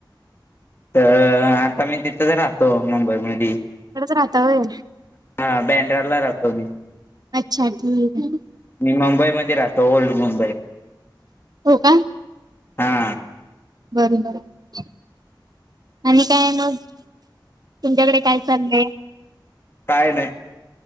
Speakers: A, on the left; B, on the right.
A: तर आता मी तिथंच राहतो मुंबई मध
B: तिथंच राहता होय
A: हा बँड्रा ला राहतो मी
B: अच्छा ठीक
A: मी मुंबईमध्ये राहतो ओल्ड मुंबई
B: हो का
A: हा
B: बरं बरं आणि काय मग तुमच्याकडे काय चाललंय
A: काय नाही